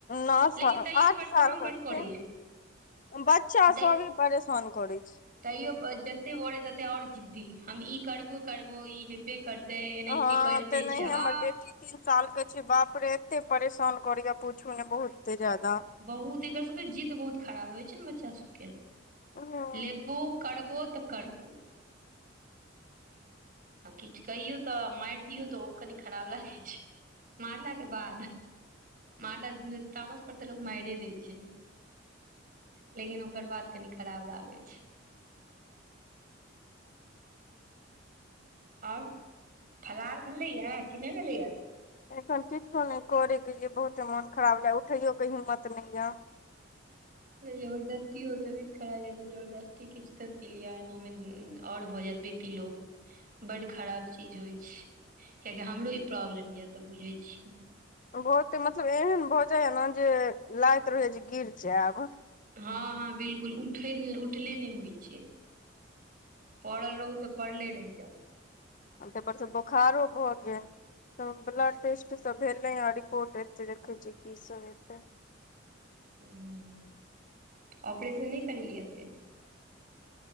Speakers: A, on the left; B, on the right.
A: नो
B: लेकिन
A: साल
B: तैयो
A: आठ
B: परेशान
A: साल
B: बड़
A: कऽ छै
B: करैये
A: बच्चा
B: तै
A: सभे परेशान करै छै
B: तैयो जते बरैत तते आओर जिद्दी हम ई करबो करबो ई हेबे करते एनाहिते
A: हँ
B: करिते
A: तेनाही
B: छै
A: हमर
B: हँ
A: बेटी तीन साल केँ छै बाप रे एते परेशान करैय पूछू नय बहुते जादा
B: बहुत एकर सब केँ जिद्द बहुत खराब रहै छै नऽ बच्चा सब केँ
A: हँ
B: लेबू कड़बो तऽ कड़बो आ किछ कहियौ तऽ माइर दियौ तऽ ओहो कनि खराब लागै छै मारला केँ बाद मारलक तामस पर तऽ लोक माइरे दै छै लेकिन ओकर बाद कनि खराब लागै छै आओर फलहार भेलै य कि नय भेलै य
A: एखन किछो नय करे केँ ये बहुते मोन खराब लय उठैयो केँ हिम्मत नय यऽ <inaudible>
B: तऽ जबरदस्तीयो तबियत खराब यऽ तऽ जबरदस्ती किछ तऽ पी लिय एना मे आओर भऽ जायत बी पी लो बड्ड खराब चीज होइ छै कियाकि हमरो ई प्रॉब्लम यऽ तऽ बुझै छी
A: बहुते मतलब एहन भऽ जाइ यऽ नऽ जे लैत रहैय जे गिर जैब
B: हँ हँ बिलकुल उठै उठले नय होइ छै पड़ल रहू तऽ पड़ले रैह जाउ
A: आ तैय पर सँ बोखारो भऽ गेल तऽ ब्लड टेस्टस भेलै हँ रिपोर्ट एतै देखै छियै की सब एतै
B: हुँ ऑपरेशन नय करल यऽ से